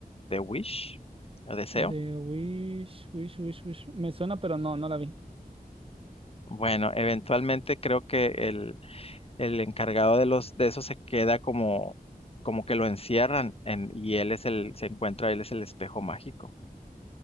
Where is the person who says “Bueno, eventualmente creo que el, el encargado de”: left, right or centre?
Left